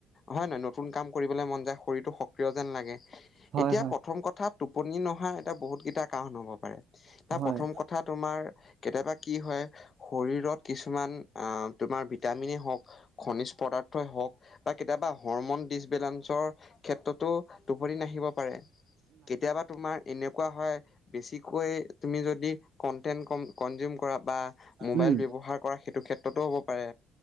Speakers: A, on the left; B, on the right.
A: হয় নহয়? নতুন কাম কৰিবলে মন যায় শৰীৰতো সক্ৰিয় যেন লাগে,
B: হয়
A: এতিয়া প্ৰথম কথা টো পনি নহা এটা বহুত কেইটা কাৰণ হ'ব পাৰে,
B: হয়
A: তাৰ
B: হয়।
A: প্ৰথম কথা, তোমাৰ ৰ, কেতিয়াবা কি হয়, শৰীৰত কিছুমান, আ, তোমাৰ ভিটামিনেই হওক, খ নিজ পদাৰ্থই হওক বা কেতিয়াবা হৰমন ডিচবেলেঞ্চৰ ক্ষেত্ৰতো টোপনি নাহিব পাৰে। কেতিয়াবা তোমাৰ এনেকুৱা হয়, বেছিকৈ তুমি যদি <unintelligible> ক-কন্সুম কৰা, বা ম'বাইল
B: উম
A: ব্যৱহাৰ কৰা সেইটো ক্ষেত্ৰতো হব পাৰে।